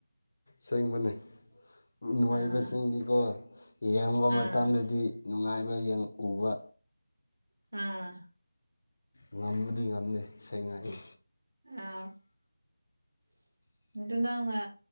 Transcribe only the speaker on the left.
ꯁꯦꯡꯕꯅꯦ ꯅꯨꯡꯉꯥꯏꯕꯁꯤꯡꯗꯤꯀꯣ
ꯌꯦꯡꯕ
ꯃꯇꯝꯗꯗꯤ ꯅꯨꯡꯉꯥꯏꯕ ꯎꯕ
ꯉꯃꯗꯤ ꯉꯝꯗꯦ ꯁꯦꯡ ꯉꯥꯏ